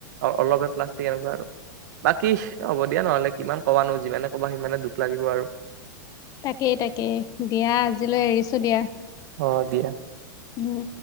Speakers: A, on the right; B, on the left.
A: অলপহে প্লাষ্টিক এনেকুৱা আৰু বাকী হ'ব দিয়া নহলে, কিমান ক'বা নো, যিমানে ক'বা, সিমানে দুখ লাগিব আৰু
B: তাকেই-তাকেই, দিয়া আজিলৈ এৰিছো দিয়া।
A: অ, দিয়া।
B: উম